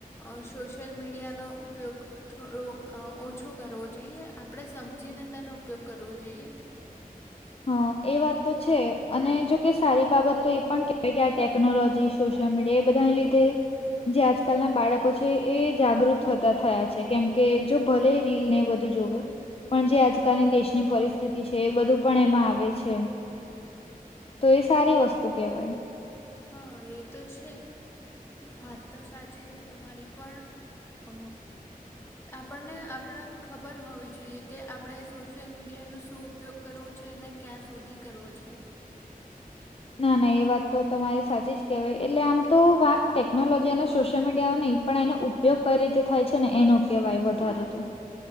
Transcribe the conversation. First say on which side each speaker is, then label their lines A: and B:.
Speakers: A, on the left; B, on the left.
A: ઓ સોશિયલ મીડિયાનો ઉપયોગ. થોડો ઓછો કરવો જોઈએ આપણે સમજીને તેનો ઉપયોગ કરવો જોઈએ.
B: હા એ વાત તો છે અને જોકે સારી બાબત તો એ પણ કેવાય કે આ ટેકનોલોજી સોશિયલ મીડિયા એ બધાને લીધે જે આજકાલના બાળકો છે એ જાગૃત થતા થયા છે, કેમ કે જો ભલે રીલને એ બધું જોવે પણ જે આજ કાની દેશની પરિસ્થિતિ છે, એ બધું પણ એમાં આવે છે. તો એ સારી વસ્તુ કેહેવાય.
A: હન, એ તો છે. વાત તો સાચી છે તમારી પણ અ આપણને આપડ ખબર હોવી જોઈએ કે, આપડે સોશિયલ મીડિયાનો શું ઉપયોગ કરવો છે ને ક્યાં સુધી કરવો છે.
B: ના, ના એ વાત તો તમારે સાચી જ કહેવાય એટલે આમ તો વાત ટેકનોલોજી અને સોશિયલ મીડિયા નઈ પણ એનો ઉપયોગ કઈ રીતે થાય છે ને એનો કહેવાય વધારે તો.